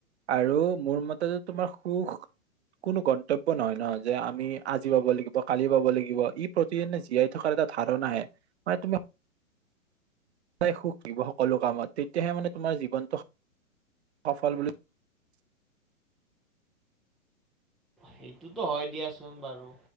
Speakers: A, on the right; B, in the centre.
A: আৰু মোৰ মতে তোমাৰ সুখ কোনো গন্তব্য নহয় নহয় যে আমি আজি পাব লাগিব কালি পাব লাগিব ই প্ৰতিদিনে জীয়াই থকাৰ এটা ধাৰণাহে মানে তুমি সদাই সুখ দিব সকলো কামত তেতিয়াহে মানে তোমাৰ জীৱনটো সফল বুলি
B: সেইটোতো হয় দিয়াচোন বাৰু।